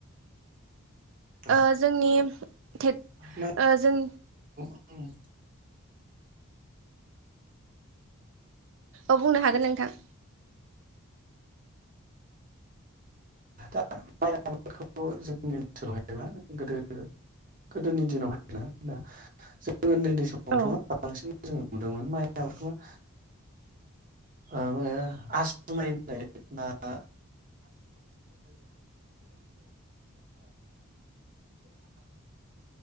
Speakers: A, on the right (about 40°); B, on the right (about 60°).
A: औ
B: ओ जोंनि खेथ
A: मा
B: ओ जों
A: <unintelligible>
B: औ बुंनो हागोन नोंथां
A: दा माइ आबादखौ जोंनि ओनसोलावहायना गोदो गोदोनि दिनावहायना दा जों जों उनदै उनदै समावथ'
B: औ
A: बांसिन जों नुदोंमोन माइ आबादखौ ओ मा होनो आसु माइ होननाय